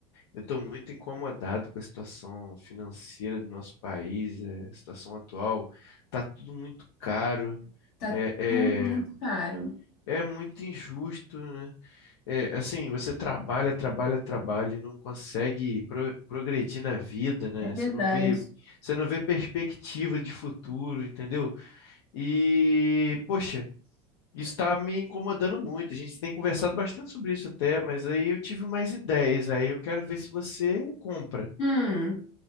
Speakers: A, on the left; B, on the left.
A: eu tô muito incomodado com a situação financeira do nosso país, é, a situação atual. Tá tudo muito caro.
B: Tá
A: É, é,
B: tudo muito caro.
A: é muito injusto, né? É, assim, você trabalha, trabalha, trabalha e não consegue pro- progredir na vida, né?
B: É verdade.
A: Você não vê, você não vê perspectiva de futuro, entendeu? E, poxa, isso está me incomodando muito. A gente tem conversado bastante sobre isso até, mas aí eu tive mais ideias, aí eu quero ver se você compra,
B: Hum,